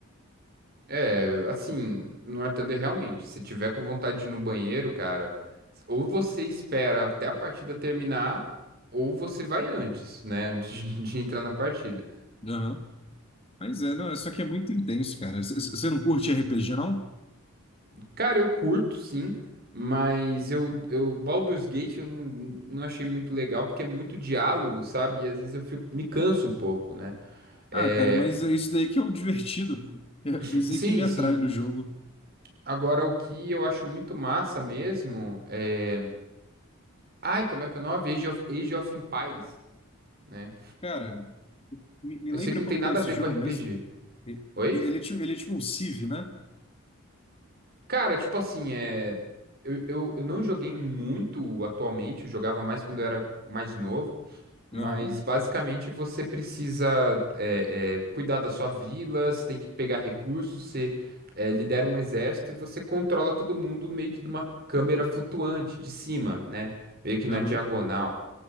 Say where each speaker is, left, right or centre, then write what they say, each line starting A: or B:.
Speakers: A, on the right (about 45°); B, on the left (about 25°).
A: É, assim, no War Thunder, realmente, se tiver com vontade de ir no banheiro, cara, ou você espera até a partida terminar, ou você vai antes, né? Antes de <laughs> de entrar na partida.
B: Aham. Mas é, não, é só que é muito intenso, cara. C- c- Você não curte RPG, não?
A: Cara, eu curto, sim, mas eu, eu Baldur's Gate eu não, não achei muito legal porque é muito diálogo, sabe? E às vezes eu fico, me canso um pouco, né? É,
B: Ah, cara, mas é isso daí que é o divertido. É é
A: <laughs>
B: isso
A: sim,
B: aí que me atrai
A: sim.
B: no jogo.
A: Agora, o que eu acho muito massa mesmo é. Ai, como é que é o nome? Age of, Age of Empires, né?
B: Cara, me, me
A: Eu
B: lembra
A: sei que não
B: como
A: tem nada
B: que é esse
A: a ver
B: jogo
A: com RPG.
B: mesmo? Ele,
A: Oi?
B: ele, é tipo, ele é tipo um Civ, né?
A: Cara, tipo assim, é. Eu, eu, eu não joguei muito atualmente, eu jogava mais quando eu era mais novo. Mas
B: Aham,
A: basicamente você precisa é, é, cuidar da sua vila, você tem que pegar recursos, você é, lidera um exército e você controla todo mundo meio que de uma câmera flutuante de cima, né? Meio que na
B: aham,
A: diagonal.